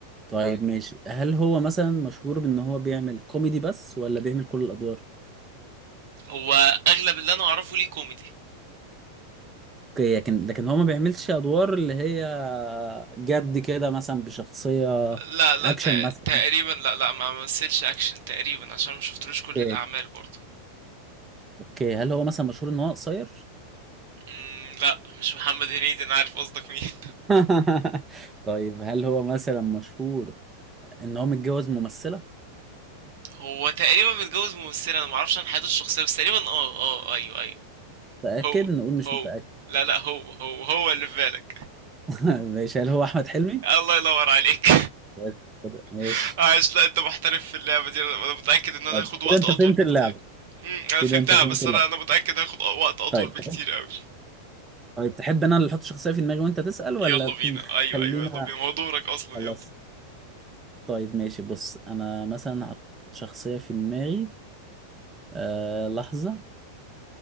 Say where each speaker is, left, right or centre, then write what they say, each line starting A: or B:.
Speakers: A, on the right; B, on the right.
A: طيب ماشي هل هو مثلا مشهور بأن هو بيعمل كوميدي بس ولا بيعمل كل الأدوار؟
B: هو أغلب اللي أنا أعرفه ليه كوميدي
A: اوكي لكن لكن هو ما بيعملش أدوار اللي هي جد كده مثلا بشخصية
B: لا لا
A: أكشن
B: تق-
A: مثلا
B: تقريبا
A: ما
B: لا لا ما مثلش اكشن تقريبا عشان ما شفتلوش كل
A: بيعملش
B: الاعمال برضه
A: اوكي هل هو مثلا مشهور ان هو قصير
B: مم، لا مش محمد هنيدي انا عارف قصدك مين <laughs>
A: <laughs> طيب هل هو مثلا مشهور ان هو متجوز ممثلة
B: هو تقريبا متجوز ممثله انا ما اعرفش عن حياته الشخصيه بس تقريبا اه اه ايوه ايوه
A: متأكد
B: هو
A: نقول مش
B: هو
A: متأكد
B: لا لا هو هو هو اللي في بالك
A: <laughs> ماشي هل هو احمد حلمي
B: <laughs> الله ينور عليك
A: بس كده ماشي
B: <laughs> عايش لا انت محترف في اللعبه دي انا أنا متاكد ان انا
A: طيب
B: هاخد وقت
A: كده انت
B: اطول
A: فهمت
B: بكتير
A: اللعبة
B: مم، انا
A: كده
B: فهمتها
A: انت فهمت
B: بس
A: اللعبة
B: انا انا متاكد هاخد وقت اطول
A: طيب
B: بكتير
A: تحب
B: قوي
A: طيب تحب انا اللي احط شخصية في دماغي وانت تسأل ولا
B: يلا بينا ايوه
A: خلينا
B: ايوه يلا بينا ما هو دورك اصلا
A: خلاص
B: يلا
A: طيب ماشي بص انا مثلا هحط شخصية في دماغي آه لحظة